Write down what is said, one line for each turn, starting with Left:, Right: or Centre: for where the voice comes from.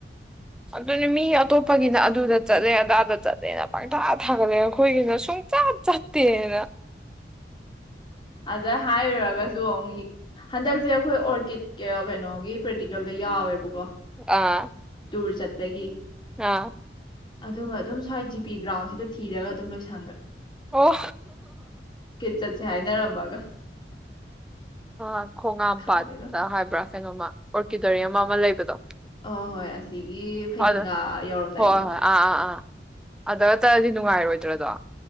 Centre: ꯑꯗꯨꯅꯦ ꯃꯤ ꯑꯇꯣꯞꯄꯒꯤꯅ ꯑꯗꯨꯗ ꯆꯠꯂꯦ ꯑꯗꯥꯗ ꯆꯠꯂꯦꯅ ꯄꯪꯊꯥ ꯊꯥꯒꯠꯂꯦ ꯑꯈꯣꯏꯒꯤꯅ ꯁꯨꯡꯆꯠ ꯆꯠꯇꯦꯑꯅ
Left: ꯑꯗ ꯍꯥꯏꯔꯨꯔꯒꯁꯨ ꯑꯃꯨꯛ, ꯏꯀ ꯍꯟꯗꯛꯁꯦ ꯑꯩꯈꯣꯏ ꯑꯣꯔꯀꯤꯠ ꯀ ꯀꯩꯅꯣꯒꯤ ꯄ꯭ꯔꯦꯛꯇꯤꯀꯦꯜꯗꯣ ꯌꯥꯎꯋꯦꯕꯀꯣ꯫
Centre: ꯑꯥ
Left: ꯇꯨꯔ ꯆꯠꯄꯒꯤ
Centre: ꯑꯥ
Left: ꯑꯗꯨꯒ ꯑꯗꯨꯝ ꯁ꯭ꯋꯥꯏ ꯖꯤ ꯄꯤ ꯒ꯭ꯔꯥꯎꯟꯁꯤꯗ ꯊꯤꯔꯒ ꯑꯗꯨꯝ ꯂꯣꯏꯁꯟꯒ‌꯭ꯔꯦ꯫
Centre: ꯑꯣ
Left: ꯆꯠꯁꯦ ꯍꯥꯏꯅꯔꯝꯃꯒ
Centre: ꯑ ꯈꯣꯡꯉꯥꯝꯄꯥꯥꯠꯇ
Left: ꯈꯪꯗꯦꯗ
Centre: ꯍꯥꯏꯕ꯭ꯔꯥ ꯀꯩꯅꯣꯃ ꯑꯣꯔꯀꯤꯗꯣꯔꯤꯎꯃ ꯑꯃ ꯂꯩꯕꯗꯣ
Left: ꯑ ꯍꯣꯏ ꯑꯁꯤꯒꯤ ꯐꯩꯗꯤꯡꯒꯥ
Centre: ꯑꯗ
Left: ꯌꯧꯔꯝꯗꯥꯏꯒꯤꯗꯣ꯫
Centre: ꯍꯣꯏ ꯍꯣꯏ ꯑꯥ ꯑꯥ ꯑꯥ ꯑꯗꯒ ꯆꯠꯂꯗꯤ ꯅꯨꯡꯉꯥꯏꯔꯣꯏ꯫ ꯗ꯭ꯔꯗꯣ